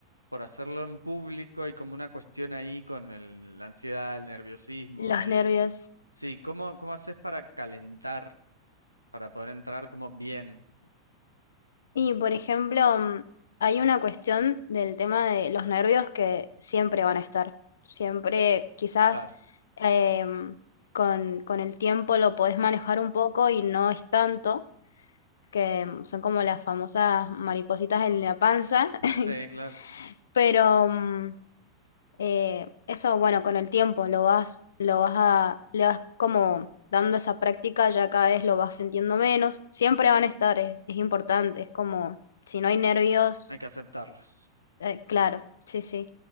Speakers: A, on the right; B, on the left.
A: por hacerlo en público hay como una cuestión ahí con el- la ansiedad, el nerviosismo
B: Los
A: y...
B: nervios.
A: Sí, ¿cómo, cómo haces para calentar, para poder entrar como bien?
B: Y por ejemplo, mm, hay una cuestión del tema de los nervios que siempre van a estar. Siempre, quizás
A: Claro,
B: em, con, con el tiempo lo podés manejar un poco y no es tanto, que mm, son como las famosas maripositas en la panza, <laughs>
A: sí, claro,
B: pero mm, Eh, eso, bueno, con el tiempo lo vas, lo vas a, le vas como dando esa práctica, ya cada vez lo vas sintiendo menos. Siempre van a estar, es, es importante, es como, si no hay nervios,
A: hay que aceptarlos.
B: eh, claro, sí, sí.